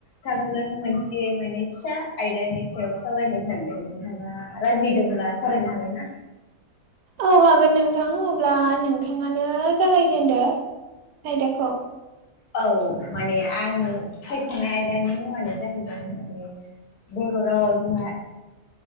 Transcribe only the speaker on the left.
थांजों मोनसे माने फिसा आयदानि सायाव सावरायनो सानदों नोंथाङा राजि दंब्ला फरायनो हागोन ना।
औ माने आं सायख'नाय आयदानि मुङानो जाहैबाय माने बर' रावाव जोंना